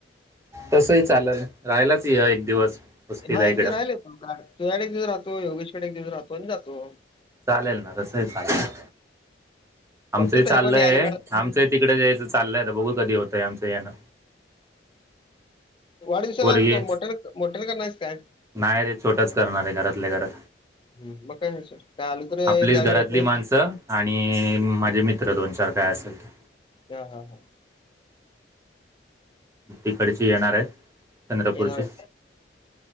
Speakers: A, on the right; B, on the left.
A: तसही चालंल, रहायलाच या एक दिवस वस्तीला
B: हा एक
A: इकडं
B: दिवस रहायलाच येतो, तुझ्याकडं एक दिवस राहतो. योगेशकडे एक दिवस राहतो आणि जातो.
A: चालेल ना तसंही चालेल. आमचंही
B: बघतो
A: चाललंय,
B: तरी पण यायला मिळालं
A: आमचंही तिकडच यायचं चाललंय, आता बघू कधी होतंय आमच? यायला.
B: वाढदिवसाला
A: पोरगी
B: मोठ्यानं मोठ्यानं करणार आहेस काय?
A: नाही रे छोटाच करणार आहे, घरातल्या घरात.
B: हं, मग काय विषय नाय आलो तर
A: आपलीच
B: त्यावेळी
A: घरातली
B: येतोस
A: माणसं आणि माझे मि त्र दोन चार काय असेल ते.
B: हा हा हा.
A: तिकडचे येणार आहेत चंद्रपूरचे
B: येणार आहेत